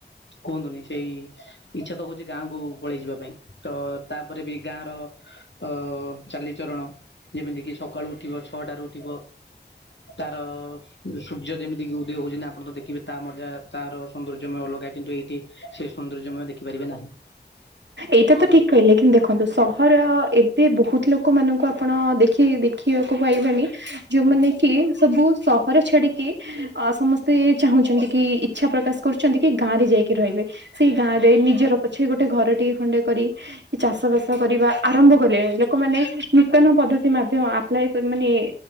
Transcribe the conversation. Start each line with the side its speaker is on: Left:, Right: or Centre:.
Left: କୁହନ୍ତୁନି ସେଇ ଇଚ୍ଛା ତ ହଉଛି ଗାଁକୁ ପଳେଇ ଯିବା ପାଇଁ ତ ତାପରେ ବି ଗାଁର ଅ ଚାଲି ଚରଣ ଯେମିତି କିି ସକାଳୁ ଉଠିବ ଛଅଟାରୁ ଉଠିବ। ତାର ସୂର୍ଯ୍ୟ ଯେମିତି କି ଉଦୟ ହଉଛି ନା ଆପଣ ଦେଖିବେ। ତା ମଜା ତାର ସୌନ୍ଦର୍ଯ୍ୟମୟ ଅଲଗା କିନ୍ତୁ ଏଇଠି ସେ ସୌନ୍ଦର୍ଯ୍ୟମୟ ଦେଖିପାରିବେ ନାହିଁ।
Right: ଏଇଟା ତ ଠିକ୍ କହିଲେ କିନ୍ତୁ ଦେଖନ୍ତୁ
Left: ଆଜ୍ଞା
Right: ସହର ଏ ଏ ବହୁତ୍ ଲୋକମାନଙ୍କୁ ଆପଣ ଦେଖି ଦେଖିବାକୁ ପାଇବେନି ଯୋଉମାନେ
Left: ଆଜ୍ଞା
Right: କି ସବୁ ସହର ଛାଡି଼କି ଅ ସମସ୍ତେ ଚାହୁଁଛନ୍ତି କି ଇଚ୍ଛା ପ୍ରକାଶ କରୁଛନ୍ତି କି ଗାଁ ରେ ଯାଇକି ରହିବେ। ସେଇ ଗାଁ
Left: ଆଜ୍ଞା
Right: ରେ ନିଜର ପଛେ ଗୋଟେ ଘର ଟିକେ ଖଣ୍ଡେ କରି ଚାଷ
Left: ଆଜ୍ଞା
Right: ବାସ କରିବା ଆରମ୍ଭ କଲେଣି ଲୋକମାନେ ନୂତନ ପଦ୍ଧତି ମାଧ୍ୟମ ଅପ୍ଲାଇ ମାନେ